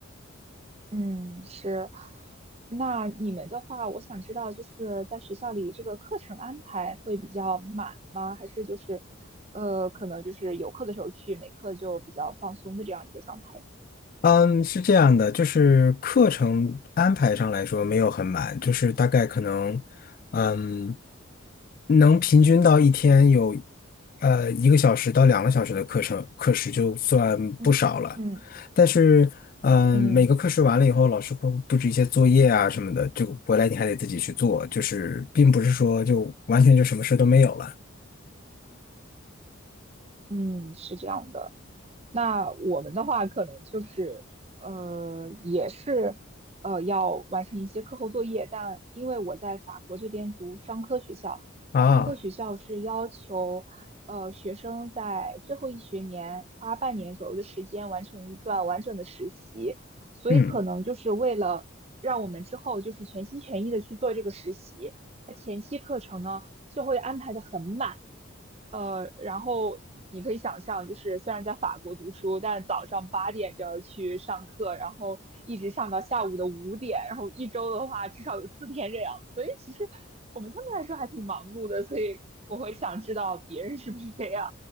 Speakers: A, on the right; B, on the left.
A: 嗯，是。那你们的话，我想知道，就是在学校里这个课程安排会比较满吗？还是就是，呃，可能就是有课的时候去，没课就比较放松的这样一个状态？
B: 嗯，是这样的，就是课程安排上来说没有很满，就是大概可能，嗯，能平均到一天有，呃，一个小时到两个小时的课程课时就算不少了。
A: 嗯嗯
B: 但是，嗯，
A: 嗯
B: 每个课时完了以后，老师会布置一些作业啊什么的，就回来你还得自己去做，就是并不是说就完全就什么事都没有了
A: 嗯，是这样的。那我们的话可能就是呃，也是呃要完成一些课后作业，但因为我在法国这边读商科学校，
B: 啊。
A: 它商科学校是要求呃学生在最后一学年花半年左右的时间完成一段完整的实习，所以可能就是为了让我们之后就是全心全意的去做这个实习，
B: 嗯，
A: 那前期课程呢就会安排的很满。呃，然后你可以想象，就是虽然在法国读书，但早上八点就要去上课，然后一直上到下午的五点，然后一周的话至少有四天这样，所以其实我们相对来说还挺忙碌的，所以我会想知道别人是不是这样。